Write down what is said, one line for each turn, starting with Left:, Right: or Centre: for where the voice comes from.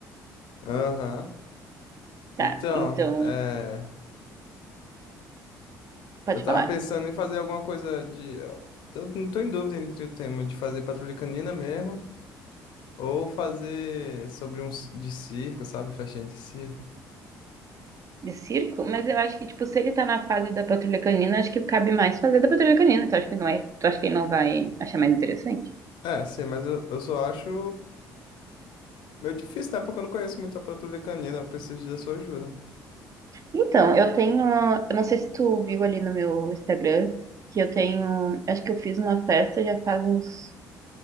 Left: Aham.
Right: Tá,
Left: Então,
Right: então,
Left: é,
Right: pode
Left: eu tava
Right: falar.
Left: pensando em fazer alguma coisa de... Eu não tô em dúvida entre o tema de fazer Patrulha Canina mesmo Ou fazer sobre um ci- de circo, sabe? Festinha de circo.
Right: De circo? Mas eu acho que, tipo, se ele tá na fase da patrulha canina, acho que cabe mais fazer da patrulha canina. Tu acha que não é? Tu acha que ele não vai achar mais interessante?
Left: É, sim, mas eu, eu só acho meio difícil, né? Porque eu não conheço muito a patrulha canina, eu preciso da sua ajuda.
Right: Então, eu tenho. Eu não sei se tu viu ali no meu Instagram que eu tenho. Acho que eu fiz uma festa já faz uns.